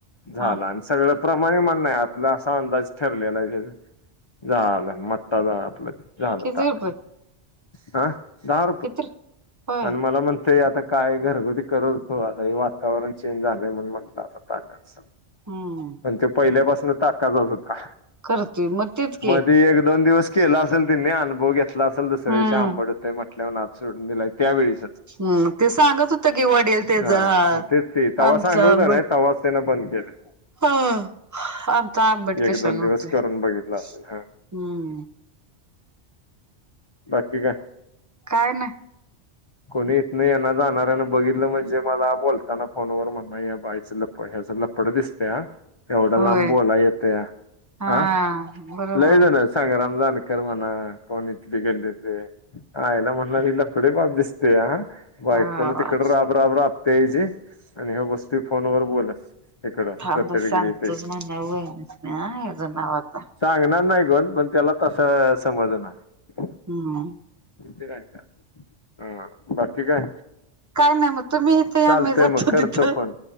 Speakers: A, on the left (about 50°); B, on the right (about 20°).
A: झाला
B: हा
A: आणि सगळं. प्रमाणे म्हण नाही आपला असा अंदाज ठरलेला आहे त्या झालं म तदा आपलं. झालं
B: किती
A: ताक
B: रुपये
A: हा
B: किती होय
A: आणि मला म्हण ते आता काय घरगुती करत होो आता हे वातावरण चेंज झालंय म्हण म्हटलं आता ताक च
B: हम्म
A: पण ते पहिल्यापासून टाक का
B: करतोय मग तेच की
A: मध एक दोन दिवस केला असेल तिने अनुभव घेतला असेल दुसऱ्या
B: हम्म
A: दिवशीआंबट होते म्हटल्या सोडून दिला त्यावेळेस
B: हम्म ते सांगत होत की वडल तेचा
A: हा
B: हा
A: मग तेच ते तवा
B: आमचा
A: सांगत होता
B: आंबट
A: नाही तवाच त्यानं बंद केलं
B: ह आम त आंबट
A: एक
B: कशा
A: दोन दिवस
B: नव्हते
A: करून
B: हम्म
A: बघितलं असेल हा बाकी काय
B: काय नाही
A: कोणी इथंन येण्या जाणारना बघितलं म्हणजे मला बोलताना फोनवर म्हणलं या बाईच ह्याच लप्पड दिसते ह एवढा लांबूल
B: होय
A: येतया
B: हा
A: ह
B: बरोबर
A: लय जा ना सांग राम जा कर म्हणा कोणी इथ गेले ते आईला म्हणणार हे लफडेबाज च दिसं अ बायकुल
B: हा
A: तिकड राब राब राब तेजे आणि ह गोष्टी फोन वर बोललास इकडं
B: थांब
A: रत्तडगडीथ
B: सांगतोच म्हणाव हेज नाव आता
A: सांगणार नाही गण पण त्याला तसं समजणार.
B: हम्म.
A: इथे राय का? हम बाकी काय?
B: काय नाही मग तुम्ही इथं या
A: चालतंय
B: मी जातो
A: मग करतो
B: तिथं
A: फोन,